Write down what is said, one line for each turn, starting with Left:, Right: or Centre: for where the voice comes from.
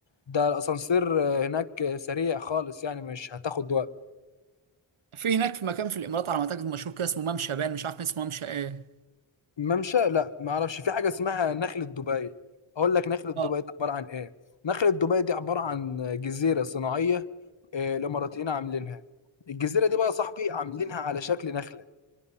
Left: ده الاسانسير آه، هناك آه، سريع خالص يعني مش هتاخد وقت
Right: في هناك في مكان في الامارات على ما اعتقد مشهور كده اسمه ممشى بان مش عارف اسمه ممشى ايه
Left: ممشى لا ما اعرفش في حاجه اسمها نخله دبي اقول لك نخله دبي
Right: اه
Left: دي عباره عن ايه نخله دبي دي عباره عن جزيره صناعيه آه، الاماراتيين عاملينها الجزيره دي بقى يا صاحبي عاملينها على شكل نخله